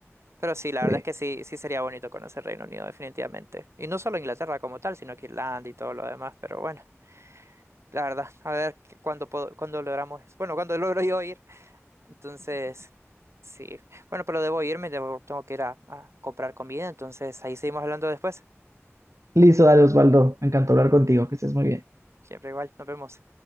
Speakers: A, on the right (about 65°); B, on the right (about 80°).
A: Pero sí, la
B: Sí.
A: verdad es que sí, sí sería bonito conocer Reino Unido, definitivamente. Y no solo Inglaterra como tal, sino que Irlanda y todo lo demás. Pero bueno, la verdad, a ver qué- cuándo puedo, cuándo logramos eso. Bueno, cuándo <laughs> logro yo ir. Entonces, sí. Bueno, pero debo irme, debo, tengo que ir a, a comprar comida. Entonces, ahí seguimos hablando después.
B: Listo, dale Osvaldo, me encantó hablar contigo, que estés muy bien.
A: Siempre igual, nos vemos.